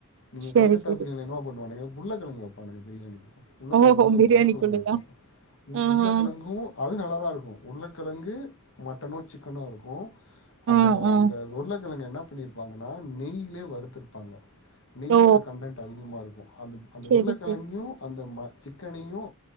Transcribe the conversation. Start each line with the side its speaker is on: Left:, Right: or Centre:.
Left: நீங்க
Right: செரி
Left: கல்கத்தா
Right: செரி
Left: <unintelligible> என்ன பண்ணுவானுங்க உருளகிழங்கு வப்பாங்க பிரியாணிக்கு உள்ளதல்ல
Right: ஓஹோ
Left: உள்ள
Right: பிரியாணிக்குள்ளயா
Left: உருளக்கிழங்கு இருக்கும்
Right: ஆ
Left: உள்ளக்கிழங்கும்
Right: ஆ
Left: அது நல்லாதான் இருக்கும் உருளகிழங்கு மட்டனும் சிக்கனும் இருக்கும் அந்த
Right: ஆ ஆ
Left: அந்த உருல கிங்க என்ன பண்ணிருப்பாங்கன்னா நெய்லே வறுத்தருப்பாங்க நெய்யோட
Right: ஓ
Left: கண்டன்ட் அதிகமா இருக்கும் அந்த அந்த
Right: செரி
Left: உருளைக்கிழங்கும்
Right: செரி
Left: அந்த சிக்க பிர